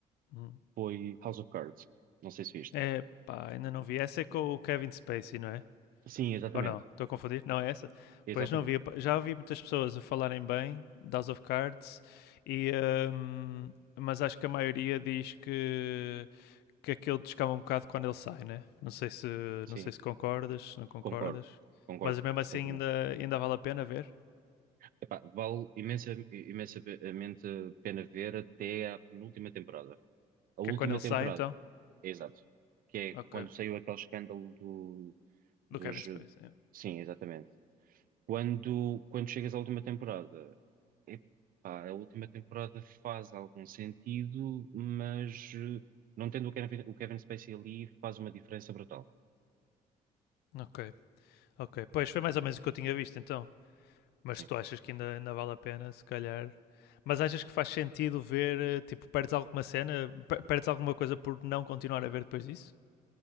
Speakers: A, on the left; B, on the right.
A: Uhum.
B: foi House of Cards. Não sei se viste.
A: É, pá, ainda não vi. Essa é com o Kevin Spacey, não é?
B: Sim, exatamente.
A: Ou não? Estou a confundir? Não é essa?
B: Exatamente.
A: Pois não vi. Já ouvi muitas pessoas a falarem bem de House of Cards e... hum, mas acho que a maioria diz que, que aquilo descama um bocado quando ele sai, né? Não sei se,
B: Sim,
A: não sei se concordas, se não concordas.
B: concordo. Concordo
A: Mas mesmo
B: perfeitamente.
A: assim ainda, ainda vale a pena ver.
B: Epá, vale imensa, imensamente a pena ver até à penúltima temporada. A última
A: Que é quando ele
B: temporada,
A: sai, então?
B: é exato. Que é
A: Ok.
B: quando saiu aquele escândalo do, dos.
A: Do Kevin Space.
B: Sim, exatamente. Quando, quando chegas à última temporada, epá, a última temporada faz algum sentido, mas eh, não tendo o Kevin, o Kevin Spacey ali faz uma diferença brutal.
A: Ok, ok. Pois foi mais ou menos o que eu tinha visto, então. Mas
B: Sim.
A: tu achas que ainda, ainda vale a pena, se calhar. Mas achas que faz sentido ver, eh, tipo, perdes alguma cena, perdes alguma coisa por não continuar a ver depois disso?